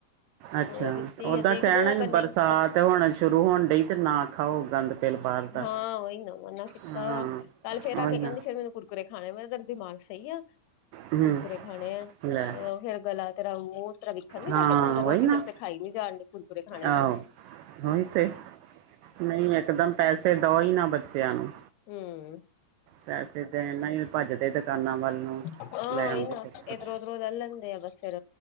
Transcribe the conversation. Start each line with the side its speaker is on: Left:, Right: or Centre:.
Left: ਤੇ
Right: ਅੱਛਾ। ਅੱਛਾ
Left: ਉਹ ਦਿੱਤੀ
Right: ਉੱਦਾਂ
Left: ਆ ਦੇਖਦੇ
Right: ਕਿਹਾ ਨਾ,
Left: ਆ ਅਗਰ ਨਹੀਂ
Right: ਬਰਸਾਤ
Left: ਫ਼ਰਕ
Right: ਹੋਣਾ ਸ਼ੁਰੂ ਹੋਣ ਡਈ ਤੇ ਨਾ ਖਾਓ ਗੰਦ ਤੇਲ ਬਾਹਰ ਦਾ
Left: ਹਾਂ ਉਹੀ ਨਾ, ਉਹਨਾ ਕੀਤਾ
Right: ਹਾਂ
Left: ਆ। ਕੱਲ ਫੇਰ ਆ
Right: ਉਹੀ
Left: ਕੇ
Right: ਨਾ
Left: ਕਹਿੰਦੀ ਫੇਰ ਮੈਨੂੰ ਕੁਰਕੁਰਰੇ ਖਾਣੇ। ਮੈਂ ਕਿਹਾ ਤੇਰਾ ਦਿਮਾਗ ਸਹੀ ਆ?
Right: ਹਮ
Left: ਕੁਰਕੁਰੇ ਖਾਣੇ ਆ,
Right: ਲੈ
Left: ਫੇਰ ਗਲਾ ਤੇਰਾ ਮੂੰਹ ਤਰ੍ਹਾਂ ਵੇਖਣ ਨੀ
Right: ਹਾਂ
Left: ਜਾ, ਕਿਸ ਤਰ੍ਹਾਂ ਦਾ ।ਰੋਟੀ
Right: ਉਹੀ
Left: ਤੇਰੇ
Right: ਨਾ
Left: ਤੋਂ ਖਾਈ ਨੀ ਜਾਣ ਡਈ, ਤੂੰ ਕੁਰਕੁਰੇ ਖਾਣੇ ।
Right: ਆਹੋ ਉਹੀ ਤੇ ਨਹੀਂ ਇਕਦਮ, ਪੈਸੇ ਦਓ ਹੀ ਨਾ ਬੱਚਿਆਂ ਨੂੰ।
Left: ਹੰ
Right: ਪੈਸੇ ਦੇਣ ਨਾਲ ਐ ਭੱਜਦੇ ਦੁਕਾਨਾਂ ਵੱਲ ਨੂੰ।
Left: ਆਂ,
Right: ਲੈ ਆਉਂਦੇ
Left: ਏ ਨਾ
Right: ਕੁਛ ਕੁਛ
Left: ਇਧਰੋਂ ਉਧਰੋਂ ਲੈ ਲੈਂਦੇ ਆ ਬਸ ਫੇਰ,